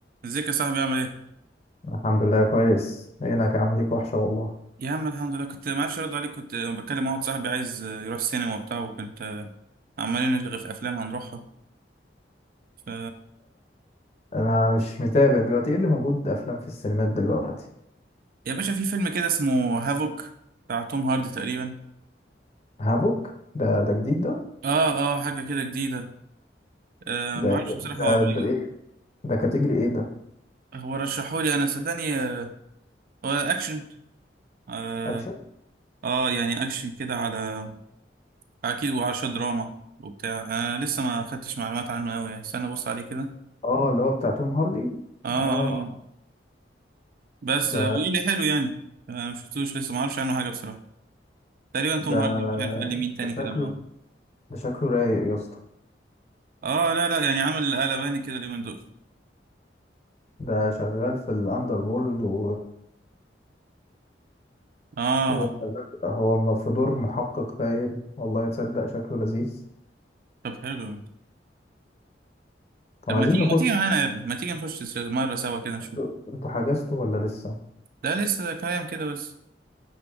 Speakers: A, on the right (about 50°); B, on the left (about 35°).
A: ازيك يا صاحبي عامل ايه؟
B: الحمد لله كويس هناك عامل ليك وحشة والله
A: يا عم الحمد لله كنت ما اعرفش ارد عليك كنت بكلم واحد صاحبي عايز يروح سينما وبتاع وكنت عمالين نلغي في افلام هنروحها ف
B: انا مش متابع دلوقتي ايه اللي موجود افلام في السينمات دلوقتي
A: يا باشا في فيلم كده اسمه هافوك بتاع توم هاردي تقريبا
B: هافوك ده ده جديد ده
A: اه اه حاجه كده جديده آه
B: ده
A: ما
B: إيه؟
A: اعرفش بصراحه
B: ده
A: هو بي-
B: ده ايه ده كاتيجري ايه ده
A: هو رشحه لي انا صدقني آه، هو اكشن آه,
B: اكشن
A: اه يعني اكشن كده على اكيد وعلى شويه دراما وبتاع انا آه لسه ما خدتش معلومات عنه قوي يعني استنى ابص عليه كده
B: اه اللي هو بتاع توم هاردي
A: اه اه
B: اه
A: آه. بس
B: ده
A: قولي لي حلو يعني انا مشفتوش لسه ما اعرفش عنه حاجه بصراحه تقريبا
B: ده
A: توم هاردي مش عارف قال لي مين تاني
B: ده شكله
A: كده معاه
B: ده شكله رايق يا اسطى
A: اه لا لا يعني عامل قلباني كده اليومين دول
B: ده شغال في الاندر وورلد و...
A: اه
B: وشغال هو م- في دور محقق باين والله تصدق شكله لذيذ
A: طب حلو
B: طب
A: طب
B: عايزين
A: ما تيجي
B: نخش
A: ما تيجي معانا يا ابني ما تيجي نخش س- مره سوا كده نشوف
B: انتوا انتوا حجزتوا ولا لسه
A: ده لسه كلام كده بس